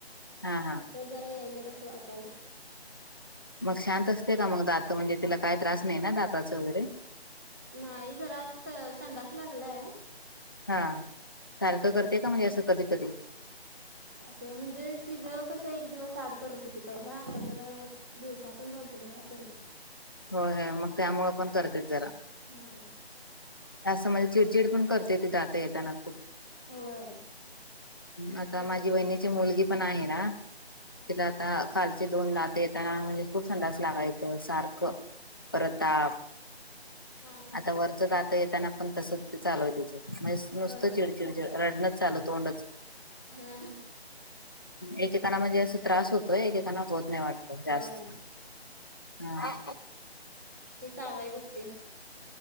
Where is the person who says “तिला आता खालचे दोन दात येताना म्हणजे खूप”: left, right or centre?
Left